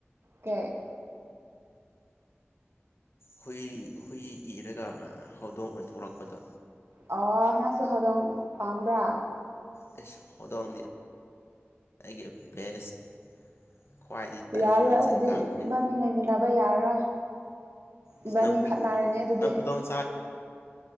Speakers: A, on the right; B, on the left.
A: ꯀꯩ
B: ꯍꯨꯏ ꯍꯨꯏ ꯏꯔꯒ ꯍꯧꯗꯣꯡ ꯑꯣꯏꯟ ꯊꯣꯛꯂꯛꯄꯗꯣ
A: ꯑꯣ ꯅꯪꯁꯨ ꯍꯧꯗꯣꯡ ꯄꯥꯝꯕ꯭ꯔꯥ
B: ꯑꯩꯁ ꯍꯧꯗꯣꯡꯗꯤ ꯑꯩꯒꯤ ꯕꯦꯁ ꯈ꯭ꯋꯥꯏꯗꯒꯤ ꯆꯥꯅꯤꯡꯕ
A: ꯌꯥꯔꯣꯏ
B: ꯆꯤꯟꯖꯥꯛꯅꯦ
A: ꯑꯗꯨꯗꯤ ꯏꯕꯥꯅꯤ ꯂꯩꯃꯤꯟꯅꯕ ꯌꯥꯔꯣꯏ
B: ꯏꯁ
A: ꯏꯕꯥꯟꯅꯤ
B: ꯅꯪ ꯍꯨꯏ
A: ꯈꯠꯅꯔꯅꯤ ꯑꯗꯨꯗꯤ
B: ꯅꯪ ꯍꯧꯗꯣꯡ